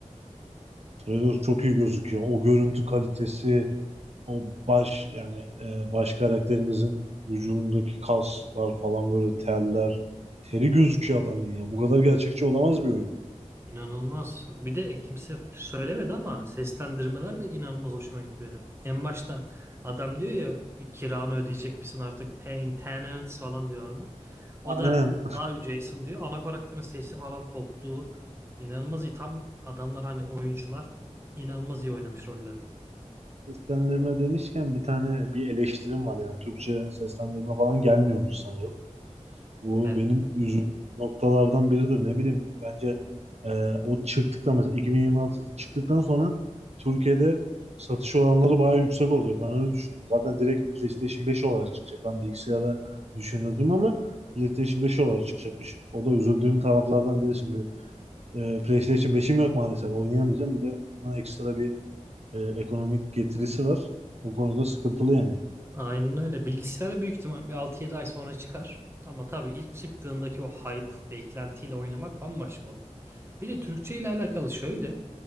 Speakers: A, on the right; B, on the right.
A: Trailer çok iyi gözüküyor. O görüntü kalitesi, o baş yani e, baş karakterimizin vücudundaki kaslar falan böyle terler. Teri gözüküyor adamın ya. Bu kadar gerçekçi olamaz bir oyun.
B: İnanılmaz. Bir de kimse söylemedi ama seslendirmeler de inanılmaz hoşuma gitti benim. En başta adam diyor ya bir kiranı ödeyecek misin artık paying tenants falan diyor orada. O
A: Aynen.
B: da Love Jason diyor. Ana karakterin sesi falan topluğu inanılmaz iyi. Tam adamlar hani oyuncular inanılmaz iyi oynamış rollerini.
A: Seslendirme demişken bir tane bir eleştirim var yani. Türkçe seslendirme falan gelmiyormuş sanırım. Bu
B: Gelmiyor.
A: benim
B: Evet.
A: üzüldüğüm noktalardan biridir. Ne bileyim bence e, o çıktıktan mesela 2026 çıktıktan sonra Türkiye'de satış oranları bayağı yüksek olacak. Ben öyle düşünüyorum. Zaten direkt PlayStation 5 olarak çıkacak. Ben bilgisayara düşünüyordum ama PlayStation 5 olarak çıkacakmış. O da üzüldüğüm taraflardan biri şimdi. E, PlayStation 5'im yok maalesef. Oynayamayacağım. Bir de ona ekstra bir e, ekonomik getirisi var. Bu konuda sıkıntılı yani.
B: Aynen öyle. Bilgisayara büyük ihtimal bir altı yedi ay sonra çıkar. Ama tabii ilk çıktığındaki o hype, beklentiyle oynamak bambaşka olur. Bir de Türkçe ile alakalı şöyle.